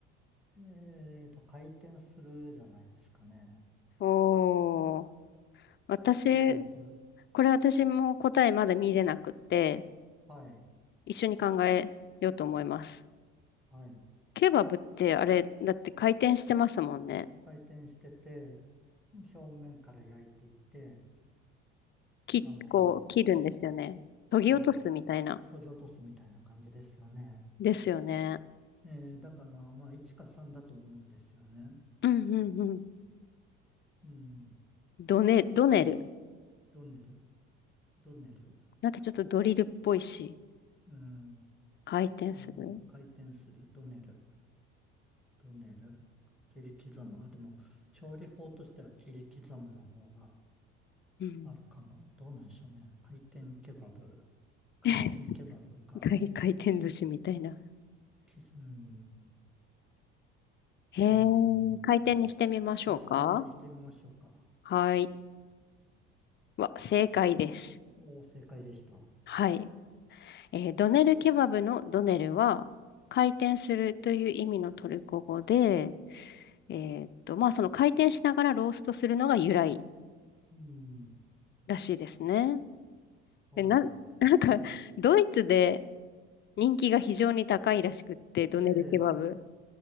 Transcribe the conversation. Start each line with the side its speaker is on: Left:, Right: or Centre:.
Centre: えーと、回転するじゃないですかね。
Left: おー。私、
Centre: あ、合ってます
Left: これ私も答えまだ見れなくって、
Centre: はい、
Left: 一緒に考えようと思います。
Centre: はい。
Left: ケバブってあれ、だって回転してますもんね。
Centre: 回転してて、表面から焼いていって、
Left: き、
Centre: あの、
Left: こう、切るんですよね。削ぎ落とすみたいな。
Centre: あ、はい、け、削ぎ落とすみたいな感じですよね。
Left: ですよね。
Centre: えー、だから、まあ、1か3だと思うんですよね。
Left: うんうんうん。
Centre: うん。
Left: ドネ、
Centre: だって、
Left: ドネル。
Centre: ドネル、ドネル。
Left: なんかちょっとドリルっぽいし、
Centre: うん。
Left: 回転する。
Centre: うん、回転する、ドネル、ドネル、切り刻む。あ、でも、調理法としては切り刻むの方が
Left: うん。
Centre: あるかも。どうなんでしょうね。回転ケバブ、回転ケバブか。
Left: <laughs> 回回転寿司みたいな。
Centre: き、うん、
Left: へえ、
Centre: うん、
Left: 回転にしてみましょうか。
Centre: 回、回転にしてみましょうか。
Left: はい。わ、正解です。
Centre: おお正解でした。
Left: はい。えードネルケバブのドネルは回転するという意味のトルコ語で、えーっと、まあその回転しながらローストするのが由来
Centre: うん、
Left: らしいですね。
Centre: はい。
Left: で、な、<laughs> なんかドイツで人気が非常に高いらしくって、ドネルケバブ。
Centre: え